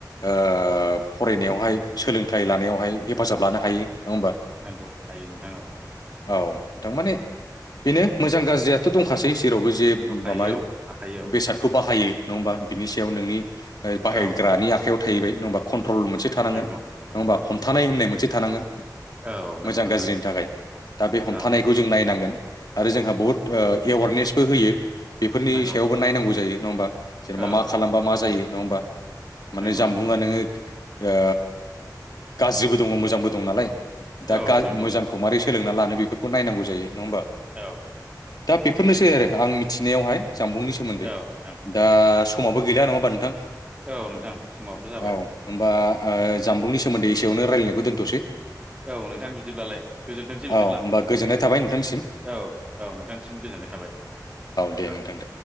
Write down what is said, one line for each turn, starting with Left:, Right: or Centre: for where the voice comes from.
Left: ओ फरायनायावहाय सोलोंथाइ लानायावहाय हेफाजाब लानो हायो नङा होमबा।
Right: नंगौ हायो नोंथां औ।
Left: औ थारमाने बेनो मोजां गाज्रियाथ' दंखासै जेरावबो जे
Right: दंखायो
Left: माबा
Right: औ थाखायो औ
Left: बेसादखौ बाहायो नङा हानबा बिनि सायाव नोंनि बाहायग्रानि
Right: औ
Left: आखायाव थाहैबाय नङा खन ट्रल मोनसे थानांगोन
Right: नंगौ
Left: नङा
Right: नंगौ नोंथां
Left: होमबा हमथानाय होननाय मोनसे थानांगोन
Right: औ नंगौ
Left: मोजां
Right: नोंथां
Left: गाज्रिनि थाखाय दा बे हमथानायखौ
Right: औ
Left: जों नायनांगोन आरो जोंहा बुहुत एवारनेसबो होयो बेफोरनि
Right: नंगौ
Left: सायावबो नायनांगौ जायो नङा होमबा जेनेबा
Right: औ
Left: मा खालामबा मा जायो नङा होमबा माने
Right: नंगौ
Left: जामबुंङा
Right: नोंथां नंगौ
Left: नोङो ओ गाज्रिबो दङ मोजांबो दं नालाय दा
Right: औ नंगौ
Left: मोजांखौ मारै सोलोंना लानो बेफोरखौ नायनांगौ जायो नङा होमबा
Right: औ
Left: दा बेफोरनोसै आरो आं मिथिनायावहाय जामबुंनि सोमोनदै
Right: औ नोंथां
Left: दा समाबो गैला नङा होनबा नोंथां
Right: औ नोंथां समावथ' जाबाय
Left: औ होमबा जामबुंनि सोमोनदै एसेयावनो रायलायनायखौ दोनथ'नोसै
Right: औ नोंथां बिदिब्लालाय गोजोनथोंसै बिदिब्ला
Left: औ होमबा गोजोननाय थाबाय नोंथांसिम
Right: औ औ नोंथांनिसिम गोजोननाय थाबाय
Left: दे
Right: औ
Left: नोंथां दे